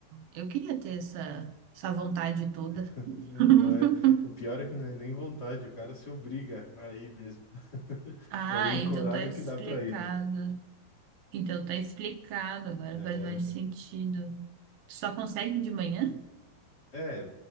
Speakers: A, on the right; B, on the left.
A: Eu queria ter essa, essa vontade toda.
B: <laughs>
A: <laughs>
B: É, Não é, o pior é que não é nem vontade, o cara se obriga a ir mesmo.
A: Ah,
B: É o único
A: então
B: horário
A: tá explicado.
B: que dá pra ir.
A: Então tá explicado, agora
B: É,
A: faz mais sentido. Tu só consegue de manhã?
B: é,